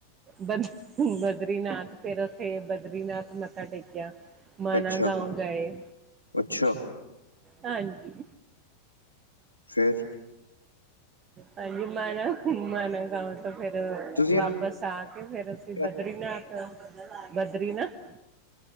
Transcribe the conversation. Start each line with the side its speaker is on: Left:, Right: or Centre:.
Right: ਬ ਬਦਰੀਨਾਥ ਫਿਰ ਉੱਥੇ ਬਦਰੀਨਾਥ ਮੱਥਾ ਟੇਕਿਆ। ਮਾਨ
Left: ਅੱਛਾ,
Right: ਗਾਓ ਗਏ
Left: ਅੱਛਾ
Right: ਹਾਂਜੀ,
Left: ਫਿਰ
Right: ਹਾਂਜੀ ਮ ਨਾ ਮ ਨਾ ਗਾਓ ਤੋਂ ਫੇਿਰ
Left: ਤੁਸੀਂ
Right: ਵਾਪਿਸ ਆ ਕੇ, ਫੇਿਰ ਅਸੀਂ
Left: ਆ-
Right: ਬਦਰੀਨਾਥ ਬਦਰੀਨਾਥ